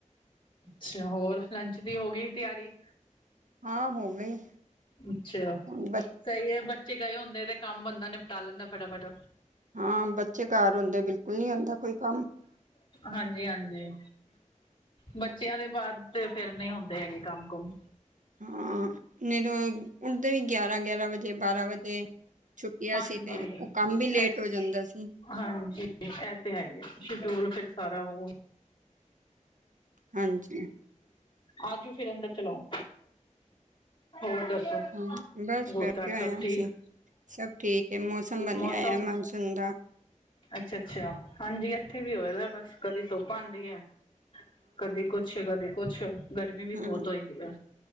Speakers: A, on the left; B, on the right.
A: ਅੱਛਾ ਹੋਰ ਲੰਚ ਦੀ ਹੋ ਗਈ ਤਿਆਰੀ।
B: ਹਾਂ ਹੋ ਗਈ।
A: ਅੱਛਾ
B: ਹੁਣ ਬੱਚੇ
A: ਸਹੀ ਹੈ ਬੱਚੇ ਗਏ ਹੁੰਦੇ ਤੇ ਕੰਮ ਬੰਦਾ ਨਿਪਟਾ ਲੈਂਦਾ ਫਟਾਫਟ।
B: ਹਾਂ ਬੱਚੇ ਘਰ ਹੁੰਦੇ ਬਿਲਕੁਲ ਨਹੀਂ ਆੁੰਂਦਾ ਕੋਈ ਕੰਮ।
A: ਹਾਂਜੀ -ਹਾਂਜੀ, ਬੱਚਿਆਂ ਦੇ ਬਾਅਦ ਫਿਰ ਨਹੀਂ ਹੁੰਦੇ ਹੈਗੇ ਕੰਮ ਕੁਮ।
B: ਹਾਂ ਬਈ ਤੋਂ ਉੱਠ ਦੇ ਵੀ ਗਿਆਰਾਂ ਗਿਆਰਾਂ ਵਜੇ। ਜੇ ਬਾਰਾਂ ਵਜੇ ਛੁੱਟੀਆਂ
A: ਹਾਂਜੀ
B: ਸੀ ਤੇ, ਉਹ ਕੰਮ ਵੀ ਲੇਟ
A: ਐ
B: ਹੋ ਜਾਂਦਾ ਸੀ।
A: ਹਾਂਜੀ, ਇਹ ਤੇ ਹੈ ਹੀ ਸ਼ਡਿਊਲ ਫਿਰ ਸਾਰਾ ਉਹ।
B: ਹਾਂਜੀ।
A: ਆਜੋ ਫਿਰ ਅੰਦਰ ਚਲੋ। ਹੋਰ ਦੱਸੋ।
B: ਹਮ ਬਸ
A: ਹੋਰ
B: ਬੈਠੇ
A: ਘਰ
B: ਹੋਏ
A: ਸਭ
B: ਆ
A: ਠੀਕ
B: ਅਸੀਂ। ਸਭ ਠੀਕ ਹੈ, ਮੌਸਮ ਬਣਿਆ
A: ਮੌਸਮ
B: ਹੋਇ ਮਾਨਸੂਨ ਦਾ।
A: ਅੱਛਾ -ਅੱਛਾ, ਹਾਂਜੀ ਇੱਥੇ ਵੀ ਹੋਇਆ ਦਾ ਬਸ ਕਦੀ ਤੋੱਪ ਆਉਂਦੀ ਹੈ। ਕਦੀ ਕੁਛ ਕਦੀ ਕੁਛ ਗਰਮੀ ਵੀ
B: ਹਮ
A: ਬਹੁਤ ਹੋਈ ਦੀ ਆ।